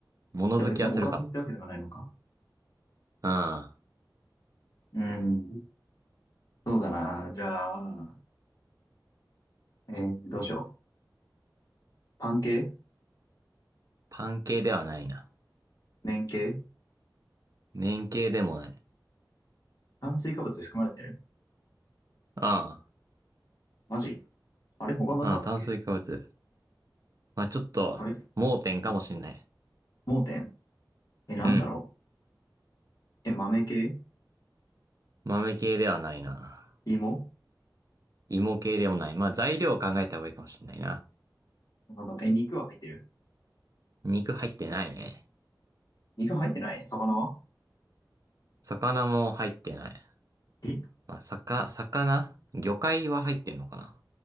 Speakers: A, on the right; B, on the left.
A: 物好きはするかも。
B: じゃあ別におかずってわけではないのか。
A: うん。
B: うん。そうだな。じゃあ、えーどうしよう。パン系
A: パン系ではないな。
B: 麺系
A: 麺系でもない。
B: 炭水化物含まれてる
A: あ
B: マジあれ他なんかあったっけ
A: あ、うん、炭水化物。まあ、ちょっと、
B: あれ
A: 盲点かもしんない。
B: うん盲点え、なんだろ
A: うん。
B: うえ、豆系
A: 豆系ではないな。
B: 芋
A: 芋系でもない。まあ、材料を考えた方がいいかもしんないな。
B: なんだろうえ、肉は入ってる
A: 肉入ってないね。
B: 肉入ってない魚は
A: 魚も入ってない。
B: え
A: まあ、さか、魚魚介は入ってんのかな